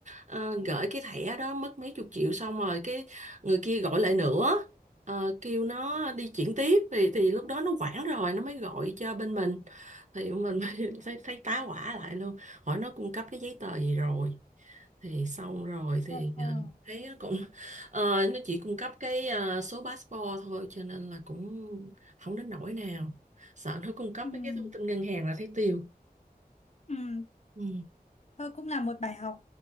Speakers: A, on the right (about 50°); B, on the left (about 45°).
A: ờ, gửi cái thẻ đó mất mấy chục triệu xong rồi cái người kia gọi lại nữa ờ, kêu nó đi chuyển tiếp thì thì lúc đó nó hoảng rồi nó mới gọi cho bên mình thì mình mới <laughs> thấy, thấy tá hỏa lại luôn hỏi nó cung cấp cái giấy tờ gì rồi thì xong rồi
B: Ờ,
A: thì
B: ờ,
A: ờ, thấy nó cũng ờ, nó chỉ cung cấp cái ờ, số passport thôi cho nên là cũng không đến nỗi nào sợ nó cung cấp
B: ừm,
A: mấy cái thông tin ngân hàng là thấy tiêu
B: ừm,
A: ừ.
B: thôi cũng là một bài học.